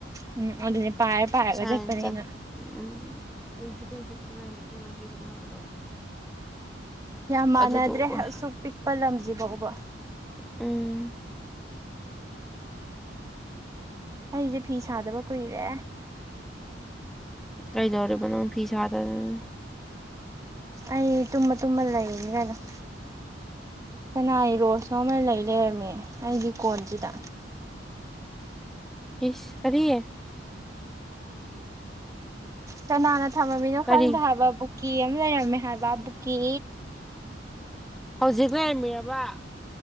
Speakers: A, on the right (about 20°); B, in the centre.
A: ꯎꯝ ꯑꯗꯨꯅꯦ ꯄꯥꯏꯔ ꯄꯥꯏꯔꯒ
B: ꯁꯥꯢꯟ
A: ꯆꯠꯄꯅꯤꯅ
B: ꯆꯠ ꯎꯝ ꯅꯨꯡꯁꯤꯠꯇꯨ ꯅꯨꯡꯁꯤꯠꯀꯤ ꯃꯥꯏ ꯃꯀꯩ ꯃꯀꯩ ꯆꯠꯅꯕꯗꯣ
A: ꯌꯥꯝ ꯃꯥꯟꯅꯗ꯭ꯔꯦ
B: ꯑꯗꯨꯗꯣ ꯑꯣꯏ
A: ꯑꯁꯨꯛ ꯄꯤꯛꯄ ꯂꯝꯖꯤꯕꯥꯎꯕ
B: ꯎꯝ
A: ꯑꯩꯁꯦ ꯐꯤ ꯁꯥꯗꯕ ꯀꯨꯏꯔꯦ
B: ꯀꯩꯗꯧꯔꯤꯕ ꯅꯪ ꯐꯤ ꯁꯥꯗꯗꯅꯦ
A: ꯑꯩ ꯇꯨꯝꯃ ꯇꯨꯝꯃ ꯂꯩꯌꯦꯅꯤ ꯑꯗꯨꯝ ꯁꯅꯥꯢ ꯔꯣꯁꯅꯣ ꯑꯃ ꯂꯩ ꯂꯩꯔꯝꯃꯦ ꯑꯩꯒꯤ ꯀꯣꯟꯁꯤꯗ
B: ꯏꯁ ꯀꯔꯤ
A: ꯀꯅꯥꯅ ꯊꯝꯃꯃꯤꯅꯣ
B: ꯀꯔꯤ
A: ꯈꯪꯗꯦ ꯍꯥꯏꯕ ꯀꯦ ꯑꯃ ꯂꯩꯔꯝꯃꯦ ꯍꯥꯏꯕ ꯕꯨꯀꯤ
B: ꯍꯧꯖꯤꯛ ꯂꯩꯔꯝꯕꯤꯔꯕ